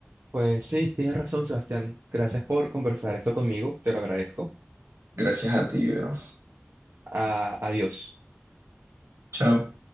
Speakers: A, on the right; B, on the right.
A: Pues sí, tienes razón, Sebastián. Gracias por conversar esto conmigo, te lo agradezco.
B: Gracias a ti, bro.
A: A- adiós.
B: Chao.